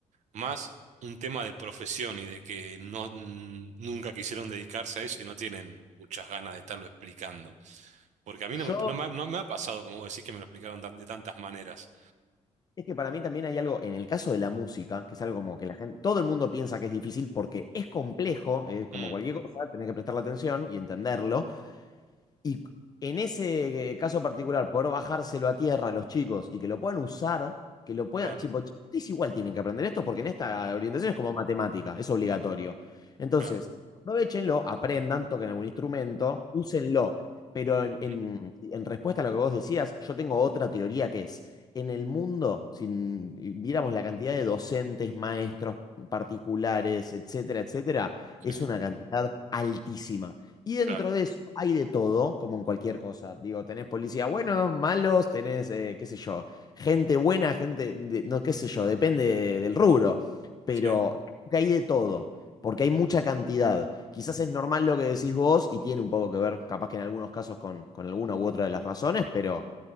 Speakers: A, on the right (about 70°); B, on the left (about 30°).
A: más un tema de profesión y de que no mm, nunca quisieron dedicarse a eso y no tienen muchas ganas de estarlo explicando? Porque a mí no me,
B: Yo,
A: no me, ha no me ha pasado, como vos decís, que me lo explicaron tan- de tantas maneras.
B: es que para mí también hay algo, en el caso de la música, que es algo como que la gente, todo el mundo piensa que es difícil porque es complejo, es como
A: Mm,
B: cualquier cosa, tenés que prestarle atención y entenderlo, Y en ese eh, caso particular, poder bajárselo a tierra a los chicos y que lo puedan usar, que lo puedan,
A: claro,
B: tipo, "Ch- ustedes igual tienen que aprender esto porque en esta orientación es como matemática, es obligatorio. Entonces,
A: claro.
B: aprovechenlo, aprendan, toquen algún instrumento, úsenlo. Pero en, en-
A: Ujú,
B: en respuesta a lo que vos decías, yo tengo otra teoría que es, en el mundo, si viéramos la cantidad de docentes, maestros particulares, etcétera, etcétera,
A: Sí,
B: es una cantidad altísima. Y dentro
A: claro.
B: de eso hay de todo, como en cualquier cosa. Digo, tenés policías buenos, malos, tenés, eh, qué sé yo, gente buena, gente, de- no, qué sé yo, depende de- del rubro. Pero
A: Sí,
B: creo que hay de todo, porque hay mucha cantidad. Quizás es normal lo que decís vos y tiene un poco que ver, capaz que en algunos casos, con, con alguna u otra de las razones, pero,